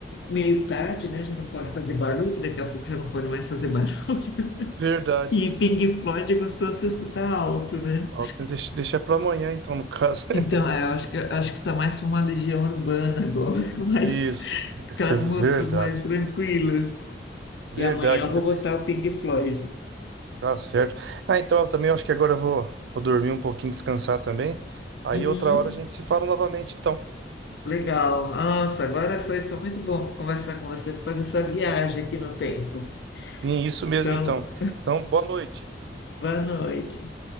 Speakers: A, on the left; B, on the right.
A: meio tarde, né? A gente não pode fazer barulho, daqui a pouco já não pode mais fazer barulho. <laughs>
B: verdade.
A: E Pink Floyd é gostoso de se escutar alto, né?
B: Falta deixar para amanhã, então, no caso. <laughs>
A: Então, é, eu acho que acho que tá mais para uma legião urbana agora, <laughs> mas
B: Isso, isso
A: com as
B: é verdade.
A: músicas mais tranquilas.
B: Verdade,
A: E amanhã eu
B: então.
A: vou botar o Pink Floyd.
B: Tá certo. Ah, então eu também acho que agora eu vou, vou dormir um pouquinho, descansar também. Aí
A: Uhum.
B: outra hora a gente se fala novamente, então.
A: Legal. Nossa, agora foi, foi muito bom conversar com você, fazer essa viagem aqui no tempo.
B: E é isso mesmo,
A: Então,
B: então. Então, boa noite.
A: Boa noite.